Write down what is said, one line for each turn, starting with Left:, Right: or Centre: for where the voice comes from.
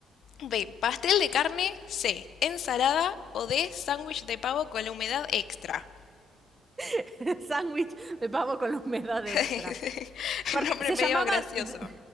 Left: B. Pastel de carne. C. Ensalada. O D. Sándwich de pavo con la humedad extra.
Right: <laughs> Sándwich de pavo con la humedad
Left: <laughs>
Right: extra. Porque
Left: Nombre
Right: se
Left: medio
Right: llamaba,
Left: gracioso.
Right: d-